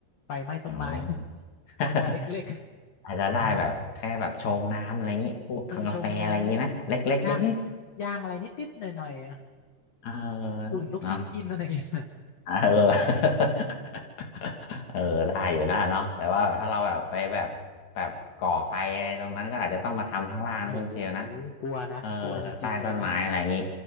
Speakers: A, on the left; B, on the left.
A: ไฟไหม้ต้นไม้
B: เออ <laughs>
A: <laughs> ครัวเล็กๆเออ
B: อาจจะได้แบบแค่แบบชงน้ำอะไรอย่างนี้พวกทำกาแฟอะไรอย่างนี้ไหมเล็กเล็กเล็กเล็ก
A: เออชงนะเออย่างย่างอะไรนิดๆหน่อยๆอะ
B: ๆเออ
A: อุ่นลูกชิ้นกินอะไรอย่างเงี้ย
B: เนาะเออ <laughs> เออได้อยู่นะเนาะแต่ว่าถ้าเราแบบไปแบบแบบก่อไฟอะไรตรงนั้นก็อาจจะต้องมาทำข้างล่างนะคุณเชยวนะ
A: เออโอ้โหกลัวนะกลัวจริงๆเลยนะ
B: เออใต้ต้นไม้อะไรอย่างนี้